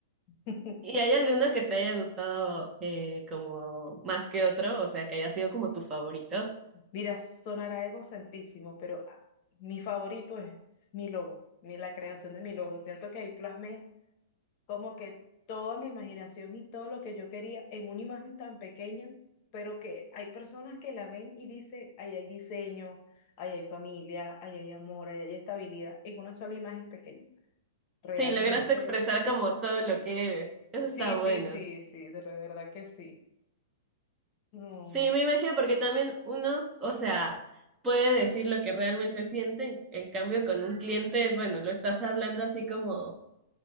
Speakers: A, on the left; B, on the right.
A: <laughs>
B: ¿Y hay alguno que te haya gustado eh, como más que otro? O sea, que haya sido como tu favorito.
A: Mira, sonará egocentrísimo, pero ah, mi favorito es mi logo, mi- la creación de mi logo. Siento que ahí plasmé como que toda mi imaginación y todo lo que yo quería en una imagen tan pequeña, pero que hay personas que la ven y dicen, ahí hay diseño, ahí hay familia, ahí hay amor, ahí hay estabilidad, en una sola imagen pequeña. Realmente,
B: Sí, lograste expresar como todo lo que eres. Eso
A: sí,
B: está bueno.
A: sí, sí, sí, de verdad que sí. No,
B: Sí,
A: hombre,
B: me imagino, porque también uno, o sea, puede decir lo que realmente siente, en, en cambio con un cliente es, bueno, lo estás hablando así como,